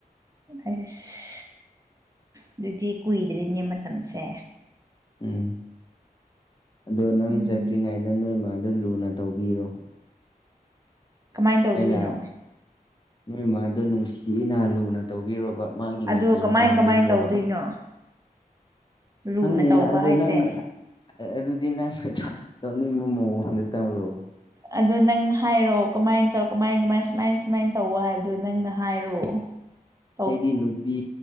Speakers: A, on the right; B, on the left.
A: ꯑꯁ ꯑꯗꯨꯗꯤ ꯀꯨꯏꯗ꯭ꯔꯤꯅꯦ ꯃꯇꯝꯁꯦ꯫
B: ꯎꯝ ꯑꯗꯣ ꯅꯪ
A: ꯎꯝ
B: ꯆꯠꯇ꯭ꯔꯤꯉꯩꯗ ꯅꯣꯏꯃꯗ ꯂꯨꯅ ꯇꯧꯕꯤꯔꯣ꯫
A: ꯀꯃꯥꯏ ꯇꯧꯗꯣꯏꯅꯣ?
B: ꯑꯩ ꯂꯥꯛ ꯅꯣꯏ ꯃꯥꯗꯣ ꯅꯨꯡꯁꯤꯅ ꯂꯨꯅ ꯇꯧꯕꯤꯔꯣꯕ ꯃꯥꯒꯤ
A: ꯑꯗꯨ
B: ꯃꯇꯦꯡ
A: ꯀꯃꯥꯏ
B: ꯄꯥꯡꯕꯤꯈ꯭ꯔꯣꯕ꯫
A: <unintelligible> ꯂꯨꯅ
B: ꯈꯪꯗꯦꯅ
A: ꯇꯧꯕ
B: ꯑꯗꯣ
A: ꯍꯥꯏꯁꯦ
B: ꯅꯪꯅ ꯑꯗꯨꯗꯤ ꯅꯪꯅ ꯇꯧꯅꯤꯡꯕ ꯃꯑꯣꯡꯗ ꯇꯧꯔꯣ꯫
A: ꯑꯗꯨ ꯅꯪꯅ ꯍꯥꯏꯔꯛꯑꯣ ꯀꯃꯥꯏꯅ ꯇꯧ ꯀꯃꯥꯏ ꯀꯃꯥꯏ ꯁꯨꯃꯥꯏ ꯁꯨꯃꯥꯏꯅ ꯇꯧ ꯍꯥꯏꯕꯗꯨꯣ ꯅꯪꯅ ꯍꯥꯏꯔꯛꯑꯣ꯫ <inaudible>
B: ꯑꯩꯗꯤ ꯅꯨꯄꯤ